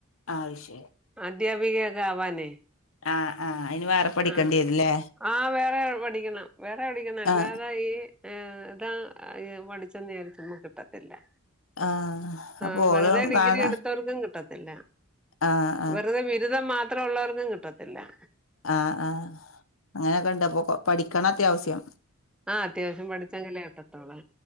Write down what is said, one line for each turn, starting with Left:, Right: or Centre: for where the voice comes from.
Left: ആയ്ശേ
Centre: അധ്യാപികയൊക്കെ ആവാനേ
Left: ആഹ് ആഹ്. അയിന് വേറെ പഠിക്കേണ്ടി
Centre: ആഹ്.
Left: വരില്ലേ
Centre: ആഹ് വേറെ പഠിക്കണം. വേറെ പഠിക്കണം അല്ലാതെ
Left: ആഹ്
Centre: ഈ ഏഹ് താ യേ പഠിച്ചെന്നിയാരിച്ചെന്നും കിട്ടത്തില്ലാ
Left: ആഹ് അപ്പൊ
Centre: ആഹ്.
Left: ഓള്
Centre: വെറുതെ ഡിഗ്രി
Left: കാണാ
Centre: എടുത്തേർക്കും കിട്ട- ത്തില്ലാ.
Left: ആഹ് ആഹ്
Centre: വെറുതെ ബിരുദം മാത്രോള്ളോർക്കും കിട്ടത്തില്ലാ.
Left: ആഹ് ആഹ്. അങ്ങനെക്കെണ്ട്. അപ്പൊ പ പഠിക്കണം അത്യാവ്സ്യം.
Centre: ആഹ്. അത്യാവശ്യം പഠിച്ചങ്കിലേ കിട്ടത്തോള്ള്